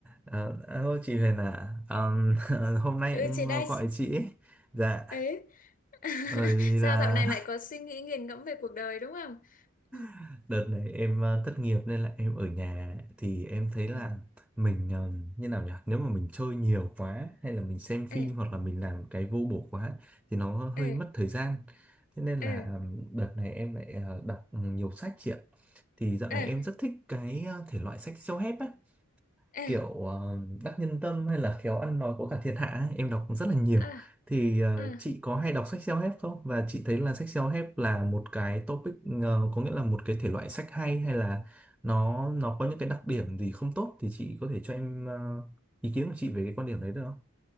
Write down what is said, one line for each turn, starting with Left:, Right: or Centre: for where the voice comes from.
Centre: Ờ, Alo chị Huyền à, Ờm, <laughs> hôm nay
Left: ừ
Centre: em
Left: chị đây
Centre: ờ, gọi chị ấy. Dạ,
Left: ấy <laughs>
Centre: bởi vì
Left: sao
Centre: là
Left: dạo này lại có suy nghĩ nghiền ngẫm về cuộc đời đúng không ừ
Centre: <laughs> đợt này em ờ, thất nghiệp nên là em ở nhà thì em thấy
Left: ừ
Centre: là mình ờm, như nào nhỉ? Nếu mà mình chơi nhiều quá hay là mình xem phim
Left: ê
Centre: hoặc là mình làm cái vô bổ quá thì nó hơi
Left: ê
Centre: mất thời gian. Thế nên là
Left: ê
Centre: ờm, đợt này em lại ờ, đọc nhiều sách chị ạ. Thì dạo này
Left: ê
Centre: em rất thích cái ờ, thể loại sách self-help á.
Left: ê
Centre: kiểu ờ, đắc nhân tâm hay là khéo ăn nói có cả thiên hạ ấy, em đọc rất là nhiều
Left: à
Centre: thì ờ,
Left: à
Centre: chị có hay đọc sách self-help không và chị thấy là sách self-help là một cái topic ờ, có nghĩa là một cái thể loại sách hay hay là nó nó có những cái đặc điểm gì không tốt thì chị có thể cho em ờ, ý kiến của chị về cái quan điểm đấy được không?